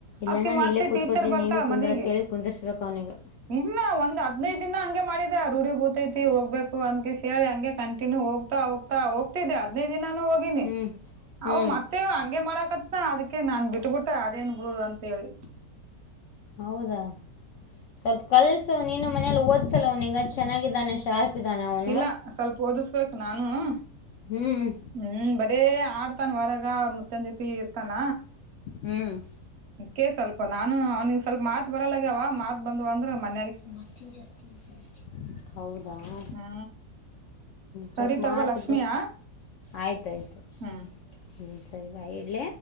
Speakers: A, on the left; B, on the right.
A: ಇಲ್ಲ
B: ಅಕಿ
A: ನಾನು
B: ಮತ್ತೆ
A: ಇಲ್ಲೇ ಕೂತ್ಕೋತೀನಿ
B: ಟೀಚರ್ ಬರ್ತಾಳ
A: ನೀನು ಕುಂದರಂತೇಳಿ
B: ಮನಿಗೆ
A: ಕುಂದರ್ಸ್ ಬೇಕು ಅವನಿಗೆ.
B: ಇಲ್ಲ ಒಂದ್ ಹದ್ನೈದು ದಿನ ಹಂಗೆ ಮಾಡಿದೆ ಆ ರೂಢಿ ಬೂತೈತಿ ಹೋಗ್ಬೇಕು ಅಂದ್ ಕೇಸ್ ಹೇಳಿ ಹಂಗೆ ಕಂಟಿನ್ಯೂ ಹೋಗ್ತಾ ಹೋಗ್ತಾ ಹೋಗ್ ತಿದ್ದೆ ಹದಿನೈದನೆ ನಾನು ಹೋಗೀನಿ
A: ಹ್ಞೂ ಹ್ಞೂ
B: ಅವ ಮತ್ತೆ ಹಂಗೆ ಮಾಡ ಅದಿಕ್ಕೆ ನಾನ್ ಬಿಟ್ಬಿಟ್ಟೆ ಅದೇನ್ ಬಿಡು ಅಂತ ಹೇಳಿ.
A: ಹೌದಾ ಸ್ವಲ್ಪ ಕಲ್ಸು ನೀನು ಮನೇಲಿ ಓದ್ಸಲ ಅವನಿಗ್ ಚೆನ್ನಾಗಿದ್ದಾನೆ ಶಾರ್ಪ್ ಇದ್ದಾನೆ ಅವನು
B: ಇಲ್ಲ ಸ್ವಲ್ಪ ಓದಿಸ್ಬೇಕು ನಾನುನು
A: ಹ್ಮ್
B: ಹ್ಮ್ ಬರೇ ಆಡ್ತನ್ ವರಾಗ ಅವ್ರ ಮ ಸಂಜೆ ಹೊತ್ತಿಗ್ ಇರ್ತಾನ.
A: ಹ್ಮ್
B: ಅದಕ್ಕೇ ಸ್ವಲ್ಪ ನಾನು ಅವ್ನಿಗೆ ಸ್ವಲ್ಪ ಮಾತ್ ಬರಲ್ಲಗ್ಯಾವ ಮಾತ್ ಬಂದವ ಅಂದ್ರೆ ಮತ್
A: <unintelligible> ಹೌದಾ ಹ
B: ಹಾ
A: ಸ್ವಲ್ಪ
B: ಸರಿ
A: ಮಾತ್
B: ತಗೋ ಲಕ್ಷ್ಮಿಯ
A: ಆಯ್ತುಾಯ್ತು
B: ಹ್ಮ್
A: ಹ್ಞ ಸರಿ ಬಾಯ ಇಡ್ಲ